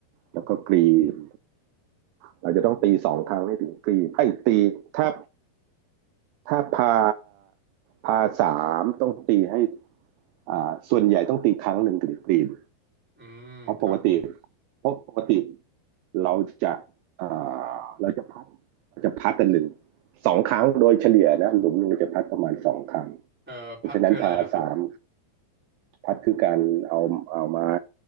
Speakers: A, on the right; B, in the centre.
A: แล้วก็กรีนเราจะต้องตีสองครั้งให้ถึงกรีนไอ้ยตีถ้าถ้าพาพาสามต้องตีให้อ่าส่วนใหญ่ต้องตีครั้งหนึ่งถึงกรีน
B: อืมครับผม
A: เพราะปกติเพราะปกติเราจะเอ่อเราจะพัดเราจะพัดกันหนึ่งสองครั้งโดยเฉลี่ยนะหลุมหนึ่งเราจะพัดประมาณสองครั้ง
B: เอ่อพัดคืออะไรล่ะครับ
A: เพราะฉะนั้นพาสามพัดคือการเอาเอาไม้